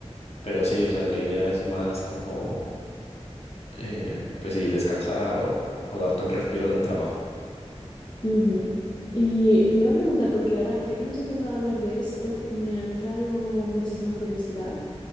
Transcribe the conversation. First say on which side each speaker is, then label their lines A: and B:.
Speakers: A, on the left; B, on the left.
A: Pero sí, o sea, la idea es más como eh, pues sí, descansar o, o darte un respiro del trabajo.
B: Ujú. Y te iba a preguntar, porque ahora, ya que hemos empezado a hablar de esto, me ha entrado muchísima curiosidad.